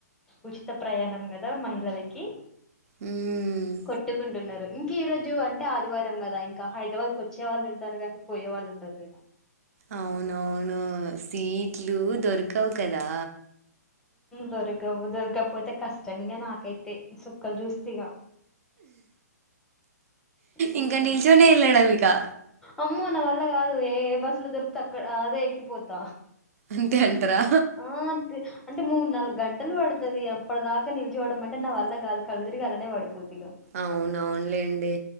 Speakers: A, in the centre; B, on the right.
A: ఉచిత ప్రయాణం కదా మహిళలకి
B: హ్మ్.
A: కొట్టుకుంటున్నారు ఇంకా ఈ రోజు అంటే ఆదివారం కదా ఇంకా హైదరాబాద్ కు వచ్చే వాళ్ళు ఉంటారు గాని పోయే వాళ్ళు ఉండరు కదా
B: అవునవును సీట్లు దొరకవు కదా
A: దొరక దొరకపోతే కష్టం ఇంగా నాకైతే సుక్కలు చూస్తా ఇగా బుక్కు
B: ఇంకా నిల్చొనే వెళ్ళడం ఇకా
A: అమ్మో నా వల్ల కాదు ఏ బస్సులు దొరికితే అక్క అదే ఎక్కిపోతా
B: అంతే అంటరా?
A: ఆ పు అంటే మూ నాలుగు గంటలు పడుతాది ఇగ అప్పటి దాకా నిల్చడం అంటే నా వల్ల కాదు కల్లు తిరిగి అలానే పడిపోద్ది ఇగా
B: అవున అవును లేండి